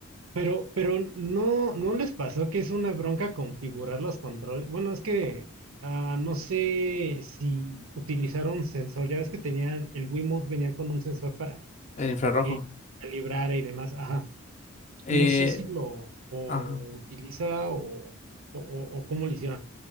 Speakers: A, on the right; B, on the left.
A: Pero, pero no, ¿no les pasó que es una bronca configurar los controles? Bueno, es que ah, no sé si utilizaron sensor. Ya ves que tenía el Wiimote venía con un sensor para
B: el infrarrojo.
A: que calibrara y demás. Ajá.
B: Eh,
A: No sé si lo o
B: ajá.
A: utiliza o, o, o- o cómo lo hicieron.